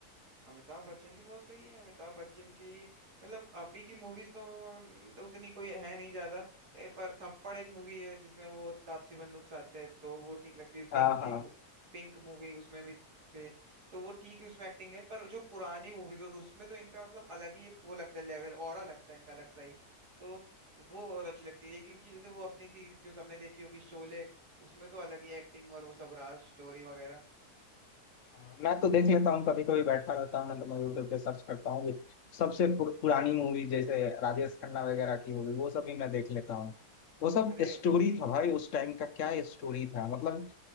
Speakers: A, on the right (about 90°); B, on the left (about 60°).
A: अमिताभ बच्चन भी बहुत सही है अमिताभ बच्चन की मतलब अभी की मूवीज तो उतनी कोई है नहीं ज्यादा ए, पर थप्पड़ एक मूवी है जिसमें वो तापसी पन्नूक साथ है तो वो ठीक लगती है पिंक
B: हाँ हाँ
A: एक पिंक मूवी उसमें भी थे तो वो ठीक उसमें एक्टिंग है पर जो पुरानी मूवीज उसमें तो इनका मतलब अलग ही एक वो लगता है लेवल ऑरा लगता है इनका अलग सही तो वो बहुत अच्छी लगती है एक इनकी जैसे वो अपनी थी जो सबने देखी होगी शोले उसमें तो अलग ही एक्टिंग और वो सब रहा स्टोरी वगैरह
B: हाँ, मैं तो देख लेता हूँ कभी कभी बैठा रहता हूँ मतलब मैं यूट्यूब पे सर्च करता हूँ भी। सबसे पुर, पुरानी मूवी जैसे राजेश खन्ना वगैरह की मूवी वो सब भी मैं देख लेता हूँ वो सब
A: अरे
B: स्टोरी था भाई उस टाइम का क्या स्टोरी था मतलब